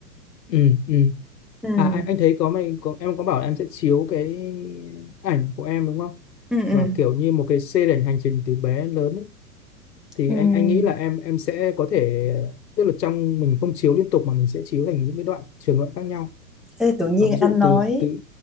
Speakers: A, on the left; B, in the centre.
A: ừ ừ
B: Ừm,
A: à anh, anh thấy có mày có em có bảo là em sẽ chiếu cái ảnh của em đúng không
B: ừm, ừm,
A: và kiểu như một cái xê đảnh hành trình từ bé đến lớn ấy. thì
B: ừm.
A: anh anh nghĩ là em em sẽ có thể tức là trong mình không chiếu liên tục mà mình sẽ chiếu thành những cái đoạn trường đoạn khác nhau
B: Ê, tự nhiên
A: và ví dụ
B: anh nói
A: từ từ